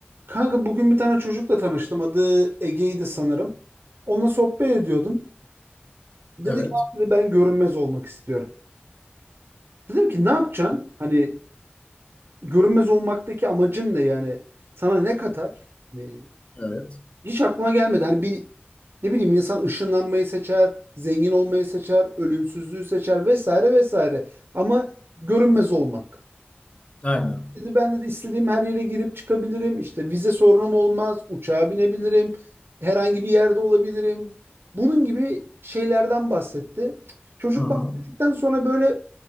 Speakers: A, on the right; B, on the left.
A: Kanka bugün bir tane çocukla tanıştım. Adı Ege'ydi sanırım. Onunla sohbet ediyordum. Dedi
B: Evet.
A: ki "Abi," dedi, ben görünmez olmak istiyorum. Dedim ki ne yapacaksın? Hani görünmez olmaktaki amacın ne yani? Sana ne katar? Ne-
B: Evet.
A: Hiç aklıma gelmedi. Hani bir ne bileyim insan ışınlanmayı seçer, zengin olmayı seçer, ölümsüzlüğü seçer vesaire vesaire. Ama görünmez olmak.
B: Aynen.
A: Dedi ben de istediğim her yere girip çıkabilirim. İşte vize sorunum olmaz. Uçağa binebilirim. Herhangi bir yerde olabilirim. Bunun gibi şeylerden bahsetti. Çocuk
B: Hı hı.
A: bahsettikten sonra böyle